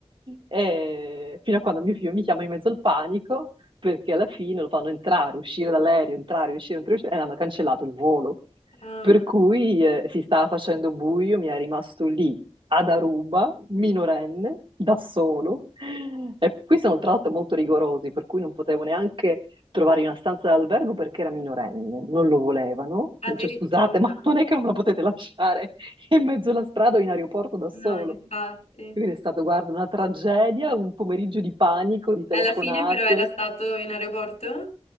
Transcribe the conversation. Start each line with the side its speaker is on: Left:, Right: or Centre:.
Right: e fino a quando mio figlio mi chiama in mezzo al panico, perché alla fine lo fanno entrare, uscire dall'aereo, entrare, uscire, entrare, uscire, e hanno cancellato il volo.
Left: Ah,
Right: Per cui eh, si stava facendo buio, mi è rimasto lì ad Aruba, minorenne, da solo. E qui sono tra l'altro molto rigorosi, per cui non potevo neanche trovare una stanza d'albergo perché era minorenne, non lo volevano.
Left: addirittura.
Right: Dice, scusate, ma non è che non me la potete lasciare <laughs> in mezzo alla strada o in aeroporto da
Left: No,
Right: solo.
Left: infatti.
Right: Quindi è stato, guarda, una tragedia, un pomeriggio di panico, di telefonate.
Left: Alla fine però era stato in aeroporto?